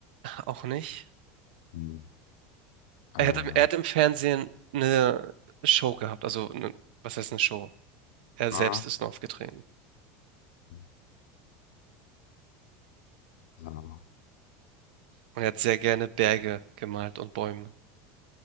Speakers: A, on the right; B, on the left.
A: auch nicht.
B: Hm. Äh,
A: Er hat, im- er hat im Fernsehen eine Show gehabt. Also eine, was heißt eine Show? Er
B: ah,
A: selbst ist nur aufgetreten.
B: okay. So.
A: Und er hat sehr gerne Berge gemalt und Bäume.